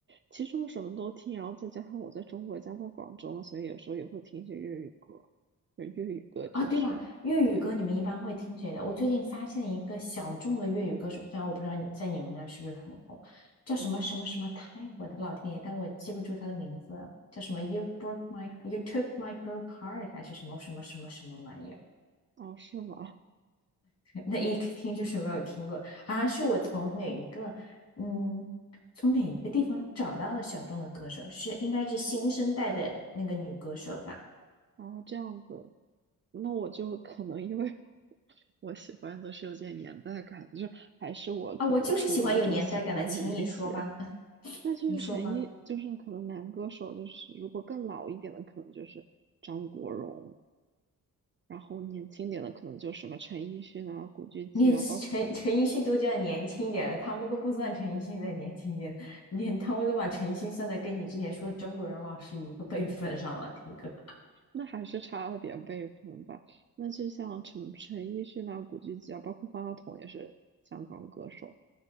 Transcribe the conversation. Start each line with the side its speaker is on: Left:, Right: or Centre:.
Right: 其实我什么都听，然后再加上我在中国家在广州嘛所以有时候也会听一些粤语歌，就粤语歌就是
Left: 啊，对吧？粤语歌你们一般会听谁的？
Right: 对。
Left: 我最近发现一个小众的粤语歌手，虽然我不知道你在你们那儿是不是很红，叫什么什么什么泰，
Right: 嗯，
Left: 我的老天爷，但我记不住他的名字，叫什么 You broke my you took my broke heart 还是什么什么什么什么玩意儿？
Right: 哦，是吗？
Left: 那一听就是没有听过，好像是我从哪一个，嗯，从哪一个地方找到了小众的歌手，是应该是新生代的那个女歌手吧？
Right: 然后这样子，那我就可能因为 <laughs> 我喜欢都是有点年代感，就是还是我可能初高中喜欢的那些，
Left: 啊，我就是喜欢有年代感的，轻易说吧，<laughs>
Right: 那就是陈奕，
Left: 你说吧。
Right: 就是可能男歌手，就是如果更老一点的，可能就是张国荣，然后年轻点的可能就什么陈奕迅啊、古巨基啊，
Left: 连陈陈奕迅都这样年轻一点了，
Right: 包括
Left: 他们都不算陈奕迅再年轻一点，<laughs> 连他们都把陈奕迅算在跟你之前说的张国荣老师一个辈分上了，听歌。
Right: 那还是差了点辈分吧。那就像陈陈奕迅啊、古巨基啊，包括方大同也是香港歌手。